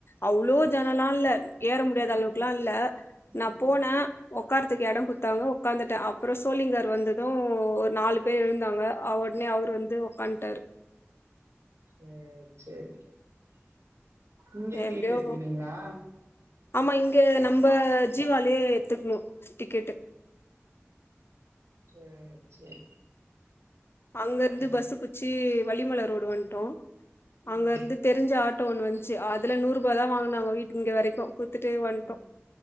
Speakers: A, on the left; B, on the right.
A: அவ்ளோ ஜனலால்ல ஏற முடியாது
B: ம்
A: அளவுக்குல்லா இல்ல
B: ம்
A: நா
B: ம்
A: போன உக்காருத்துக்கு எடம் குடு த்தாங்கோ உக்காந்துட்டே அப்புறோ சோழிங்கர் வந்தது ஒரு நாலு பேர் எழுந்தாங்க அவ்வுடனே அவுரு வந்து உக்காண்டாரு
B: சேர் சேரி இங்கே திக்ட்டு
A: எப்டியோ
B: எடுத்துகினிங்குளா
A: ஆமா இங்க நம்ம ஜீவாலியே எத்துக்குணும் டிக்கேட்டு
B: சேர் சேரி
A: அங்க இருந்து
B: ம்
A: பஸ்சு புச்சி வளிமலர் ரோடு வண்டோ
B: ம்
A: அங்க இருந்து தெரிஞ்ச ஆட் ட்டோ ஒன்னு வன்சு அதுல நூறு ரூபா தா வாங்குனாங்க வீட் இங்க வரைக்கு குடுத்துட்டு வந்ட்டோ
B: ம்